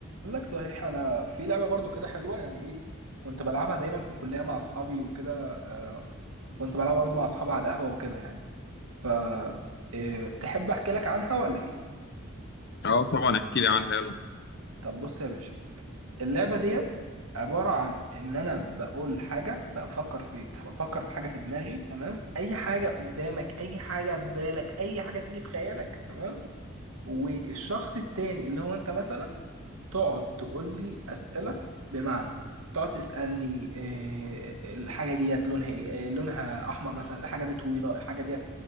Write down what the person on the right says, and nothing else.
اقول لك صحيح انا في لعبه برضو كده حلوه يعني ايه كنت بلعبها دايما في الكليه مع اصحابي وكده آه كنت بلعبها برضو مع اصحابي على القهوه وكده يعني ف آه، تحب احكي لك عنها ولا ايه
طب بص يا باشا اللعبه ديت عباره عن ان انا بقول حاجه بفكر في بفكر في حاجه في دماغي تمام اي حاجه قدامك اي حاجه في بالك اي حاجه تيجي في خيالك تمام والشخص التاني اللي هو انت مثلا تقعد تقول لي اسئله بمعنى تقعد تسالني آه، الحاجه ديت لونها ايه آه، لونها احمر مثلا الحاجه دي طويله الحاجه ديت